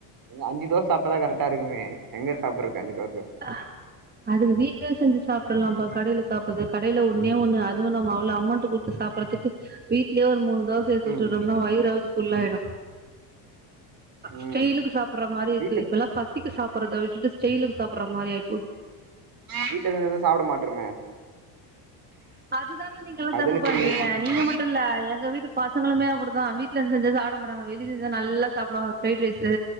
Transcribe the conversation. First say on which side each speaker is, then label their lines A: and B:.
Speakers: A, on the right; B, on the right.
A: இங்க அஞ்சு தோஸ் சாப்டாதா கரெக்டா இருக்குமே எங்க சாப்பட்றது அஞ்சு தோச
B: ஆ அதுக்கு வீட்லே செஞ்சு சாப்ட்டுல்லாம்பா கடைல சாப்புறது கடைல ஒன்னே ஒன்னு அதுவு நம்ம அவ்ளோ அமவ்ண்ட் குத்து சாப் புறத்துக்கு வீட்லயே ஒரு மூணு தோச சுட்டுறோம்னா
A: ம்
B: வயிறாவது ஃபுல்லாயிடு
A: ம்
B: ஸ்டைலுக்கு சாப்புட்ற மாரி இருக்கு
A: வீட்ல
B: இப்பல்லா பசிக்கு சாப்புட்றத விட்டுட்டு ஸ்டைலுக்கு சாப்புட்ற மாரி ஆயி போது
A: வீட்ல இருந்ததா சாப்ட மாட்றமே
B: அதுதான நீங்கள்லா
A: அதுதான
B: தப்பு பண்றீங்க
A: பெரிய கஷ்டமா
B: நீங்க மட்டு இல்ல எங்க வீட்டு பசங்களுமே அப்படிதா வீட்ல இருந்து செஞ்சா சாப்ட மாட்டாங்க வெளில செஞ்சா நல்லா சாப்டுவாங்க ஃப்ரைட் ரைஸு